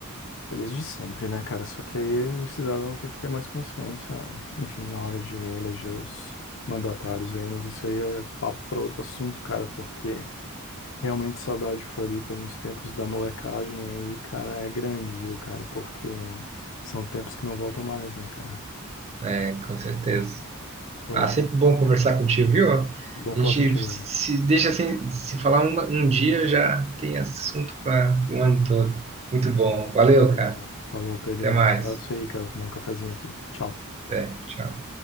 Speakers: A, on the left; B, on the right.
A: é desde sempre, né, cara? Só que aí o cidadão tem que ter mais consciência, enfim, na hora de eleger os mandatários aí, mas isso aí é papo para outro assunto, cara, porque. Realmente saudade de Floripa nos tempos da molecagem aí, cara, é grande, viu, cara? Porque são tempos que não voltam mais, né, cara?
B: É, com certeza.
A: Bom,
B: Ah,
A: bom,
B: sempre bom conversar contigo, viu? A
A: bom falar
B: gente
A: contigo,
B: se
A: velho.
B: deixa assim, se falar uma- um dia já tem assunto para o ano todo. Muito bom. Valeu,
A: Beleza.
B: cara.
A: Falou, Pedro.
B: Até mais.
A: Um abraço aí, cara. Vou tomar um cafezinho aqui. Tchau.
B: Até, tchau.